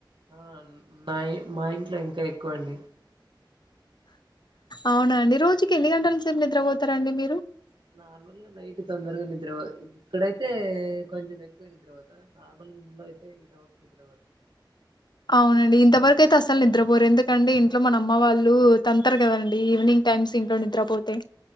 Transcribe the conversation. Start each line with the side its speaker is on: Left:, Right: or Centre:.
Right: ఆ నా మా ఇంట్లో ఇంకా ఎక్కువ అండి
Left: అవునండి రోజుకి ఎన్ని గంటల సేపు నిద్రపోతారండి మీరు
Right: నార్మల్ గా నైట్ తొందరగా నిద్రపో ఇక్కడైతే కొంచెం ఎక్కువ నిద్రపోత తర్వాత నార్మల్ గా ఇంట్లో అయితే ఇట్ అ వస్తుయి తర్వాత
Left: అవునండి ఇంతవరకు అయితే అసలు నిద్రపోరు ఎందుకంటే ఇంట్లో మన అమ్మ వాళ్ళు తంతరు కదండి ఈవినింగ్ టైమ్స్ ఇంట్లో నిద్రపోతే